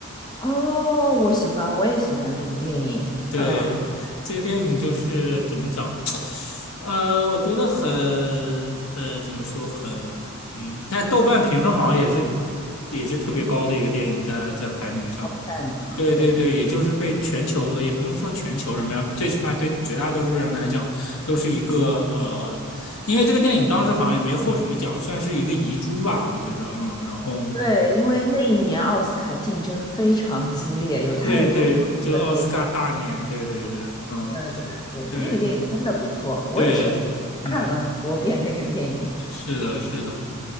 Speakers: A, on the left (about 20°); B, on the left (about 80°).
A: 哦，我喜欢，我也喜欢这部电影，
B: 对，
A: 嗯，
B: 这个电影就是怎么讲？呃，我觉得很呃，怎么说很嗯，在豆瓣评分好像也是也是特别高的一个电影在，在排名上。
A: 好看的嘛，
B: 对对对，
A: 就是
B: 也就是被全球呃，也不能说全球人吧，最起码对绝大多数人来讲，都是一个呃，因为这个电影当时好像也没获什么奖，算是一个遗珠吧，我觉得嗯，然后
A: 对，因为那一年奥斯卡竞争非常激烈，有太多
B: 对对，就奥斯卡大年，
A: 的电影。
B: 对对对，嗯，
A: 对对对，
B: 对
A: 那个电影真的不错，我也是看了很多遍那个电影。
B: 对，嗯，是的，是的。